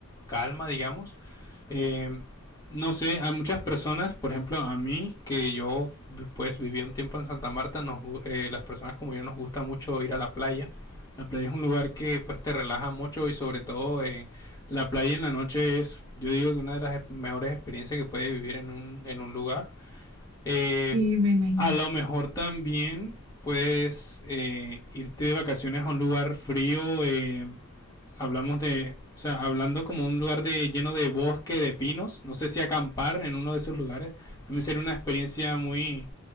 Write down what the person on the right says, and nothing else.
Sí, me imagino.